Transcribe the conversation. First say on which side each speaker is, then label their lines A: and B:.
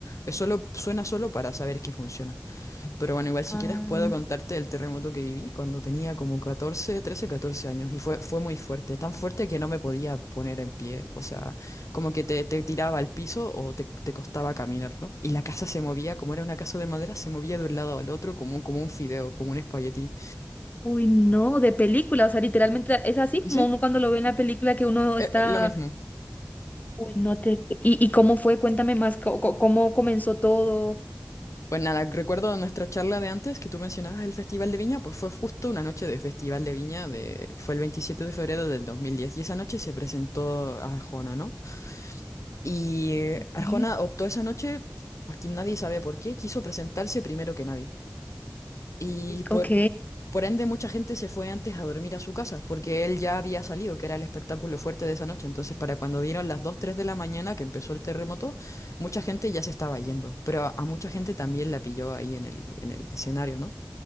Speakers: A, on the left; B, on the left.
A: Es solo, suena solo para saber que funciona. Pero bueno, igual si
B: ah,
A: quieres puedo contarte el terremoto que viví cuando tenía como 14, 13, 14 años. Y fue, fue muy fuerte. Tan fuerte que no me podía poner en pie. O sea, como que te, te tiraba al piso o te, te costaba caminar, ¿no? Y la casa se movía, como era una casa de madera, se movía de un lado al otro como, un- como un fideo, como un espagueti.
B: uy, no, de película, o sea, literalmente es así
A: Sí,
B: como uno cuando lo ve en la película que uno
A: eh,
B: está,
A: lo mismo.
B: uy, no te, y, y cómo fue, cuéntame más, co- co- cómo comenzó todo.
A: Pues nada, recuerdo nuestra charla de antes que tú mencionabas el Festival de Viña, pues fue justo una noche de Festival de Viña, de, fue el 27 de febrero del 2010 y esa noche se presentó Arjona, ¿no? Y eh,
B: Ok.
A: Arjona optó esa noche, aquí nadie sabe por qué, quiso presentarse primero que nadie. Y por,
B: Ok.
A: por ende mucha gente se fue antes a dormir a su casa, porque él ya había salido, que era el espectáculo fuerte de esa noche. Entonces, para cuando dieron las 2 3 de la mañana que empezó el terremoto, mucha gente ya se estaba yendo, pero a, a mucha gente también la pilló ahí en el, en el escenario, ¿no?